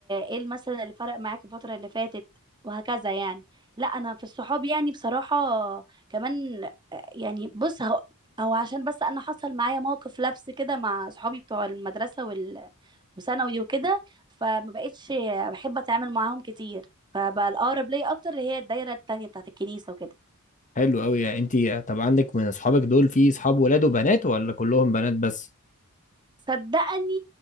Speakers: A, on the right; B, on the left.
A: ايه ال- مثلا اللي فرق معاك الفترة اللي فاتت وهكذا يعني لا انا في الصحاب يعني بصراحة كمان آه، يعني بص هو او عشان بس انا حصل معايا موقف لبس كده مع صحابي بتوع المدرسة وثانوي وكده فما بقتش بحب اتعامل معاهم كتير فبقى الاقرب ليا اكتر اللي هي الدايره التانية بتاعت الكنيسه وكده
B: حلو قوي يعني انت طب عندك من اصحابك دول في اصحاب ولاد وبنات ولا كلهم بنات بس
A: صدقني